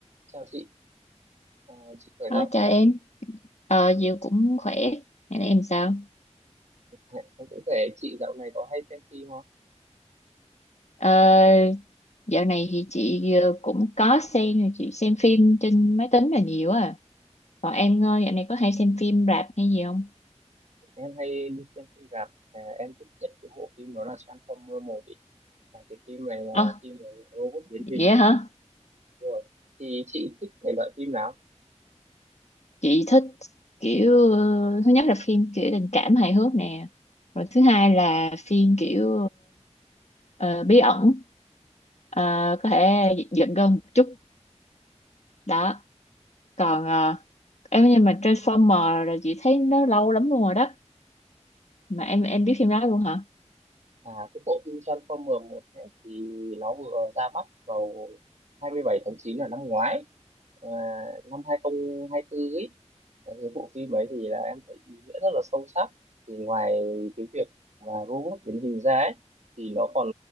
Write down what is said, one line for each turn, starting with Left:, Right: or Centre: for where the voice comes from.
Right: Chào chị, Ờ, chị khỏe
Left: Đó,
Right: không?
Left: chào em. Ờ, Diệu cũng khỏe. Ngày nay em sao?
Right: Ờ, Em cũng khỏe, chị dạo này có hay xem phim không?
Left: Ờ, dạo này thì chị ờ, cũng có xem, chị xem phim trên máy tính là nhiều à. Còn em ờ, dạo này có hay xem phim rạp hay gì không?
Right: Em hay đi xem phim rạp, à, em thích nhất cái bộ phim đó là Transformer 1 ý. À, cái phim này là
Left: Ờ,
Right: phim về robot biến
Left: vậy
Right: hình.
Left: hả?
Right: Đúng Rồi. Thì chị thích thể loại phim nào?
Left: Chị thích kiểu, ờ, thứ nhất là phim kiểu tình cảm hài hước nè. Rồi thứ hai là phim kiểu ờ, ờ, bí ẩn. Ờ, có thể giận gân một chút. Đó. Còn ờ, em nhưng mà Transformer là chị thấy nó lâu lắm luôn rồi đó. mà em em biết phim đó luôn hả
Right: À, cái bộ phim Transformer 1 ấy, thì nó vừa ra mắt vào 27 tháng 9 là năm ngoái à, năm 2024 ấy Đấy, cái bộ phim ấy thì là em thấy ý nghĩa rất là sâu sắc thì ngoài cái việc mà robot biến hình ra ấy thì nó còn